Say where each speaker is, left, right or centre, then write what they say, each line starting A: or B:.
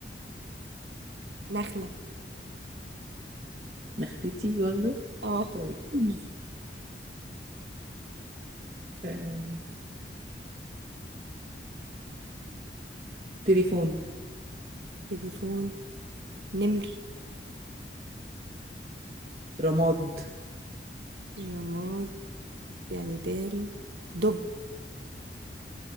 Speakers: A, on the right (about 80°); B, on the right (about 40°).
A: نخله
B: نختتي برضه
A: اه
B: طيب <laughs> آه، تليفون
A: تليفون نمر
B: رماد
A: رماد يعني دال دب